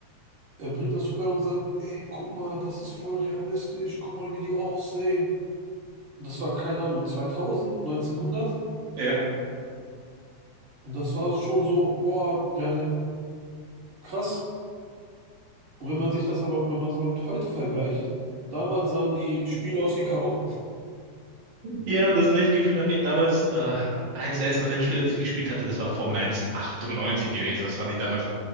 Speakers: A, on the right; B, on the right.
A: Er bringt das vorbei und sagt, ey, guck mal, das ist voll realistisch, guck mal, wie die aussehen. Und das war, keine Ahnung, 2000, 1900.
B: ja.
A: Und das war schon so, boah, ja, ne, krass. Und wenn man sich das aber, wenn man es aber mit heute vergleicht, damals sahen die Spiele aus wie Karotten.
B: Ja, und das gleiche Gefühl habe ich damals. Äh, eins der ersten Rennspiele, das ich gespielt hatte, das war Formel 1 98 gewesen. Das fand ich damals